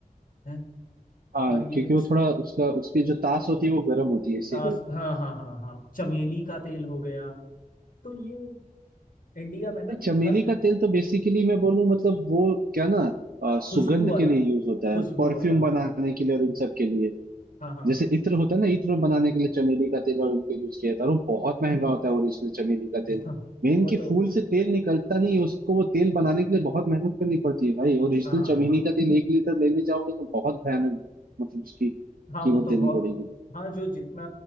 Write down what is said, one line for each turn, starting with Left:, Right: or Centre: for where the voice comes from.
Left: हैं
Right: हाँ
Left: और ये
Right: क्योंकि
Left: च-
Right: वो थोड़ा उसका उसकी जो तास होती है वो गर्म होती है इसीलिए
Left: आस हाँ हाँ हाँ हाँ चमेली का तेल हो गया तो ये इंडिया में ना
Right: चमेली
Left: हर
Right: का
Left: प-
Right: तेल तो बेसिकली मैं बोलूँ मतलब वो क्या ना अ, सुगंध
Left: खुशबू वाला
Right: के लिए यूज होता
Left: खुशबू
Right: है परफ्यूम
Left: वाला
Right: बनाने
Left: हाँ
Right: के लिए और इन सब के लिए
Left: हाँ हाँ
Right: जैसे इत्र होता है ना इत्र बनाने के लिए चमेली का तेल और इनको यूज किया था और वो बहुत महंगा होता है ओरिजिनल चमेली का
Left: <laughs>
Right: तेल
Left: हाँ
Right: मेन
Left: वो
Right: कि
Left: तो
Right: फूल से तेल निकलता नहीं है उसको वो तेल बनाने के लिए बहुत मेहनत करनी पड़ती है भाई ओरिजिनल
Left: हाँ हाँ
Right: चमेली
Left: हाँ
Right: का तेल एक लीटर लेने जाओगे तो बहुत भयानक मतलब उसकी
Left: हाँ
Right: कीमत
Left: वो तो
Right: देनी
Left: बहुत
Right: पड़ेगी
Left: हाँ जो जितना